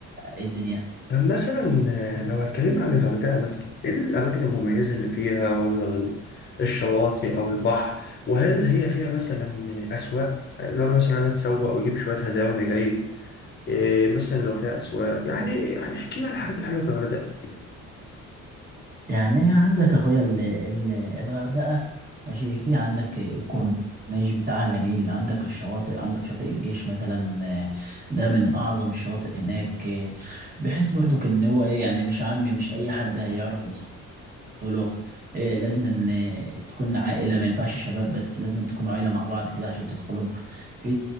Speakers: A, on the right; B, on the left.
A: ايه الدنيا
B: طب مثلا لو هتكلم عن الغردقة مثلا ايه الاماكن المميزة اللي فيها ولا ال- الشواطئ او البحر وهل هي فيها مثلا اسواق لو انا مثلا عايز اتسوق واجيب شوية هدايا وانا جاي إيه مثلا لو فيها أسواق يعني يعني احكي لي عن الحاجات الحلوة في الغردقة
A: يعني إيه عندك اخويا ال- ال- الغردقه ماشي في عندك الكورنيش بتاعها جميل عندك الشواطئ عندك شاطئ الجيش مثلا آه، ده من اعظم الشواطئ هناك آه، بحيث برضك ان هو ايه يعني مش عامي مش اي حد هيعرف يدخله إيه لازم ان آه، تكون عائله ما ينفعش شباب بس لازم تكونوا عائله مع بعض كده عشان تدخلهم في